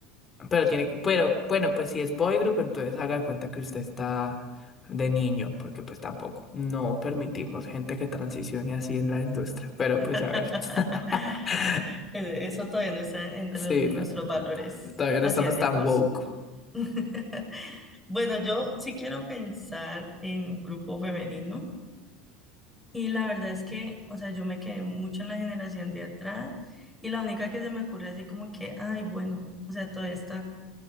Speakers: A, on the left; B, in the centre.
A: Pero tiene que, pero bueno, pues si es boy group, entonces haga de cuenta que usted está de niño, porque pues tampoco, no permitimos gente que transicione así en la industria. Pero
B: <laughs>
A: pues a ver. <laughs>
B: Eso todavía no está entre
A: Sí,
B: los- nuestros
A: no, no,
B: valores
A: no, todavía
B: asiáticos.
A: no estamos tan woke.
B: <laughs> Bueno, yo sí quiero pensar en grupo femenino y la verdad es que, o sea, yo me quedé mucho en la generación de atrás y la única que se me ocurre así como que, ay, bueno, o sea, todavía está